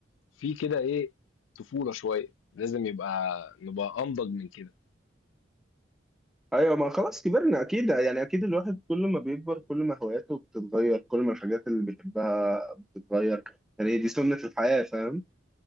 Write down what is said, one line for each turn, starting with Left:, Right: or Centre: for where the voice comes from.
Left: فيه كده ايه طفوله شويه لازم يبقى نبقى انضج من كده
Centre: ايوه ما خلاص كبرنا اكيد يعني اكيد الواحد كل ما بيكبر كل ما هواياته بتتغير كل ما الحاجات اللي بيحبها بتتغير يعني دي سنة الحياة فاهم